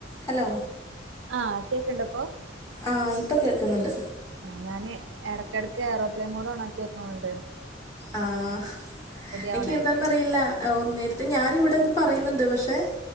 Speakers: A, on the left; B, on the right.
A: Hello.
B: ആഹ് കേക്ണ്ടപ്പൊ?
A: ആഹ് ഇപ്പ കേൾക്ന്ന്ണ്ട്.
B: അ ഞാന് എട്ക്കെട്ക്ക് ഏറോപ്ലെയിൻ മോഡോണാക്ക്യ <unintelligible> ണ്ട്.
A: ആഹ്
B: ആവണായിരിക്കും
A: ഇക്ക്യന്താന്നറിയില്ല. അ ഒന്നേരത്ത് ഞാനിവിടെന്ന് പറയ്ന്നുണ്ട് പക്ഷെ